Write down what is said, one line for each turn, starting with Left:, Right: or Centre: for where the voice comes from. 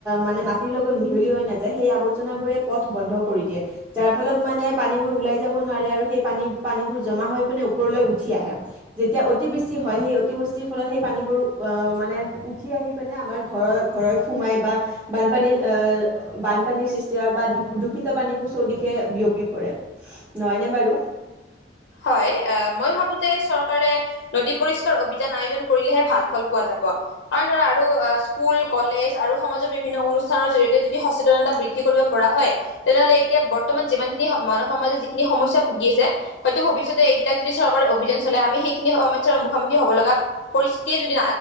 Right: মানে মাটিৰ লগত মিহলি হৈ নাযায় যে সেই আৱৰ্জনাবোৰে পথ বন্ধ কৰি দিয়ে যাৰ ফলত মানে পানীবোৰ ওলাই যাব নোৱাৰে আৰু সেই পানী পানীবোৰ জমা হৈ পিনে ওপৰলৈ উঠি আহে যেতিয়া অতিবৃষ্টি হয় সেই অতিবৃষ্টিৰ ফলত সেই পানীবোৰ মানে উঠি আহি পিনে আমাৰ ঘৰৰ ঘৰত সোমাই বা বানপানী বানপানীৰ সৃষ্টি হয় বা দূষিত পানীবোৰ চৌদিশে বিয়পি পৰে নহয়নে বাৰু
Left: হয় মই ভাবো যে চৰকাৰে নদী পৰিস্কাৰ অভিযান আয়োজন কৰিলেহে ভাল ফল পোৱা যাব। কাৰণ ধৰা আৰু স্কুল কলেজ আৰু সমাজৰ বিভিন্ন অনুষ্ঠানৰ জৰিয়তে যদি সচেতনতা বৃদ্ধি কৰিব পৰা হয় তেনেহলে এতিয়া বৰ্তমান যিমানখিনি মানৱ সমাজে যিখিনি সমস্যা ভুগি আছে হয়তো ভৱিষ্যতে এইবিলাক যদি চৰকাৰে অভিযান চলাই আমি সেইখিনি সমস্যাৰ মুখামুখি হ'ব লগা প। ৰিস্থিতিয়ে যদি